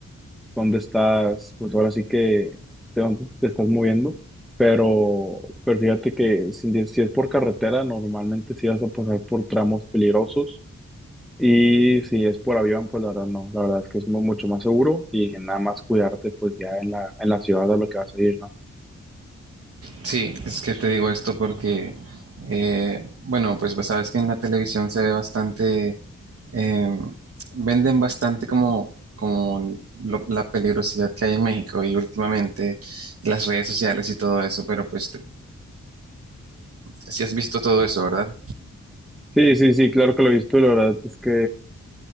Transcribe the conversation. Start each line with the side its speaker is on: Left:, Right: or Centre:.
Centre: dónde estás, pues ahora sí que de dónde te estás moviendo. Pero, pero fíjate que si, si es por carretera, normalmente sí vas a pasar por tramos peligrosos y si es por avión, pues la verdad no, la verdad es que es mu- mucho más seguro y nada más cuidarte pues ya en la, en la ciudad a lo que vas a ir, ¿no?
Right: sí, es que te digo esto porque, eh, bueno, pues, pues sabes que en la televisión se ve bastante, eh, venden bastante como, como lo- la peligrosidad que hay en México y últimamente las redes sociales y todo eso, pero pues te, si has visto todo eso, ¿verdad?
Centre: Sí, sí, sí, claro que lo he visto, y la verdad es que